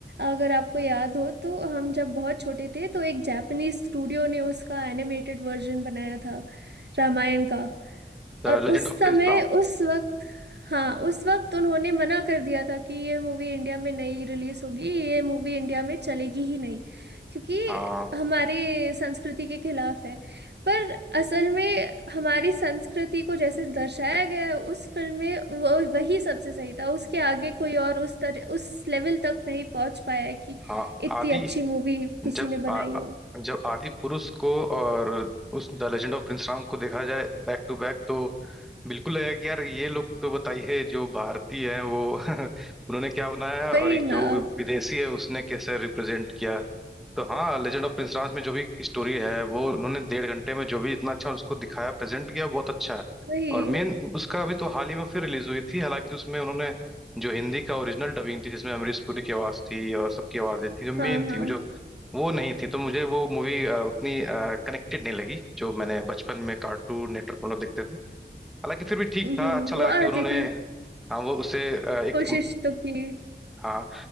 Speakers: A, on the right (about 65°); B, in the centre.
A: अगर आपको याद हो तो हम जब बहुत छोटे थे तो एक जापानीज स्टूडियो ने उसका एनिमेटेड वर्जन बनाया था रामायण का और
B: लेजेंड
A: उस
B: ऑफ
A: समय
B: प्रिंस
A: उस वक्त हाँ उस वक्त उन्होंने मना कर दिया था कि ये मूवी इंडिया में नहीं रिलीज होगी ये मूवी इंडिया में चलेगी ही नहीं क्योंकि
B: हाँ
A: हमारे संस्कृति के खिलाफ है पर असल में हमारी संस्कृति को जैसे दर्शाया गया है उस फिल्म में वो वही सबसे सही था उसके आगे कोई और उस तरह उस लेवल तक नहीं पहुंच पाया है कि
B: हाँ
A: इतनी
B: आदि
A: अच्छी मूवी किसी
B: जब
A: ने
B: आ,
A: बनाई
B: आ-
A: हो
B: जब आदि पुरुष को और उस the legend of prince Ram को देखा जाए बैक टू बैक तो बिल्कुल लगेगा कि यार ये लोग तो बताइए जो भारतीय हैं वो <laughs> उन्होंने क्या बनाया है
A: वही
B: और एक जो
A: ना
B: विदेशी है उसने कैसे रिप्रेजेंट किया तो हाँ लेजेंड ऑफ प्रिंस में जो भी स्टोरी है वो उन्होंने डेढ़ घंटे में जो भी इतना अच्छा उसको दिखाया प्रेजेंट किया बहुत अच्छा है
A: वही
B: और मेन उसका अभी तो हाल ही में फिर रिलीज हुई थी हालांकि उसमें उन्होंने जो हिंदी का ओरिजिनल डबिंग थी जिसमें अमरीश पुरी की आवाज थी और सबकी आवाज थी जो मेन
A: हाँ हाँ
B: थी जो वो नहीं थी तो मुझे वो मूवी उतनी कनेक्टेड नहीं लगी जो मैंने बचपन में कार्टून नेटवर्क पर हम लोग देखते थे हालांकि फिर भी ठीक
A: हम्म,
B: था अच्छा लगा
A: वो आती
B: कि उन्होंने
A: थी
B: हाँ वो उसे अ, एक
A: कोशिश तो की
B: हाँ